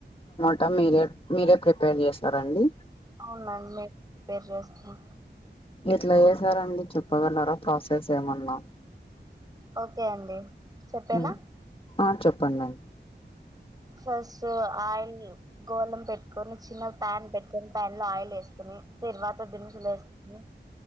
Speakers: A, on the left; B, on the right.
A: ట మీరె మీరె ప్రిపేర్ చేసారా అండి?
B: అవునండి. ప్రిపేర్ చేస్తా.
A: ఎట్లా చేసారండి? చెప్పగలరా ప్రాసెస్ ఏమన్నా?
B: ఓకె అండి. చెప్పేనా?
A: ఉమ్ ఆ చెప్పండండి.
B: ఫస్ట్ ఆయిల్ గోలం పెట్టుకొని, చిన్న ప్యాన్ పెట్టుకొని, ప్యాన్ లో ఆయిల్ ఏసుకొని, తిరువాత దినుసులు ఏసుకొని